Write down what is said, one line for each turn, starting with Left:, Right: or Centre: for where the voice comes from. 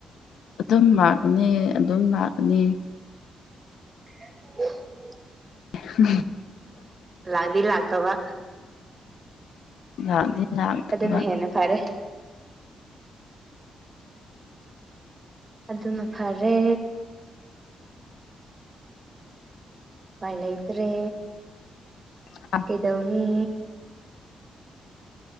Left: ꯑꯗꯨꯝ ꯂꯥꯛꯀꯅꯤ ꯑꯗꯨꯝ ꯂꯥꯛꯑꯅꯤ
Right: <unintelligible>
Left: ꯎꯝ
Right: ꯂꯥꯛꯗꯤ ꯂꯥꯛꯇꯕ
Left: ꯂꯥꯛꯇꯤ ꯂꯥꯛꯇꯕ
Right: ꯑꯗꯨꯅ ꯍꯦꯟꯅ ꯐꯔꯦ ꯑꯗꯨꯅ ꯐꯔꯦ ꯎꯄꯥꯏ ꯂꯩꯇ꯭ꯔꯦ
Left: ꯄꯨꯟꯁꯤꯁꯦ
Right: ꯀꯩꯗꯧꯅꯤ